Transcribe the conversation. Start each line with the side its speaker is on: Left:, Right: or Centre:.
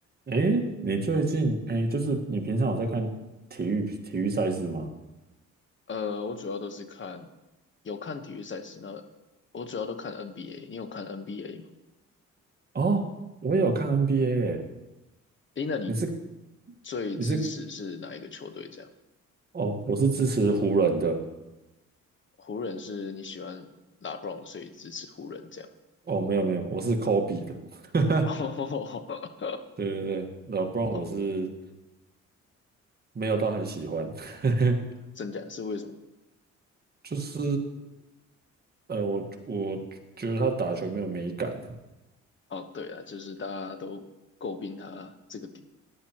Right: 诶，你最近诶，就是你平常有在看体育体育赛事吗？
Left: 呃，我主要都是看，有看体育赛事，那我主要都看 NBA。你有看 NBA 吗？
Right: 哦，我也有看 NBA 诶。
Left: 诶，那你
Right: 你是
Left: 最支持是哪一个球队？
Right: 你是
Left: 这样，
Right: 哦，我是支持湖人的。
Left: 湖人是你喜欢拉 e b r o n 所以支持湖人这样。
Right: 哦，没有没有，我是 Kobe 的。<laughs>
Left: <laughs> 哦，
Right: 对对对，老布 n
Left: 哦
Right: 我是没有到很喜欢，<laughs>
Left: 真假是为什么？
Right: 就是呃，我我觉得他打球没有美感，
Left: 哦，对啊，就是大家都诟病他这个点。